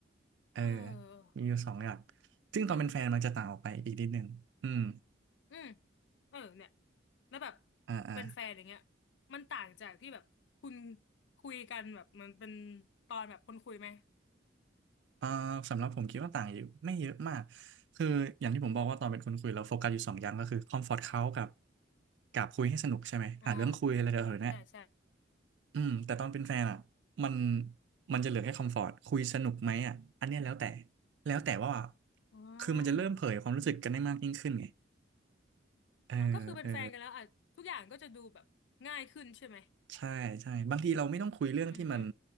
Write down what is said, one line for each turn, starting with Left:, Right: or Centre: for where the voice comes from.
Right: เออ
Left: เออ
Right: มีอยู่สองอย่างซึ่งตอนเป็นแฟนมันจะต่างออกไปอีกนิดนึงอืม
Left: อืมเออเนี่ยแล้วแบบ
Right: อ่าอ่า
Left: เป็นแฟนอย่างเงี้ยมันต่างจากที่แบบคุณคุยกันแบบมันเป็นตอนแบบคนคุยไหม
Right: อ่าสำหรับผมคิดว่าต่างอยู่ไม่เยอะมากคืออย่างที่ผมบอกว่าตอนเป็นคนคุยเราโฟกัสอยู่สองอย่างก็คือคอมฟอร์ตเขากับกับคุยให้สนุกใช่ไหมหาเรื่องคุยอะไรเดี๋ยวเนี่ย
Left: อ่าใช่ใช่
Right: อืมแต่ตอนเป็นแฟนอ่ะมันมันจะเหลือแค่คอมฟอร์ตคุยสนุกไหมอ่ะอันเนี้ยแล้วแต่แล้วแต่ว่า
Left: อ๋อ
Right: คือมันจะเริ่มเผยความรู้สึกกันได้มากยิ่งขึ้นไงเออเออ
Left: อ๋อก็คือเป็นแฟนกันแล้วอ่ะทุกอย่างก็จะดูแบบง่ายขึ้นใช่ไหม
Right: ใช่ใช่บางทีเราไม่ต้องคุยเรื่องที่มัน
Left: อืมอืม